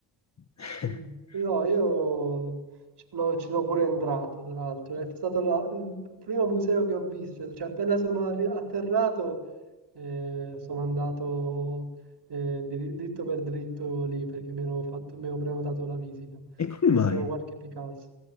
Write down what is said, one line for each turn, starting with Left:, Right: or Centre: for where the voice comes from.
Left: <laughs>
Right: Mm. No, io ci l'ho- ci sono pure entrato, tra l'altro. È stato la- il primo museo che ho visto, cioè appena sono arri- atterrato eh, sono andato eh, dir- dritto per dritto lì perché mi ero fatto- mi ero prenotato la visita. Ho
Left: E come
Right: visto
Left: mai?
Right: qualche Picasso.